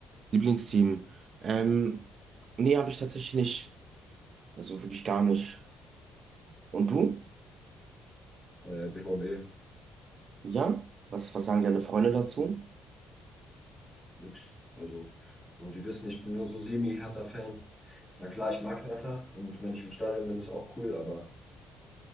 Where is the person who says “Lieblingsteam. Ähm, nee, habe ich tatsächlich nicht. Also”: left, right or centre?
Right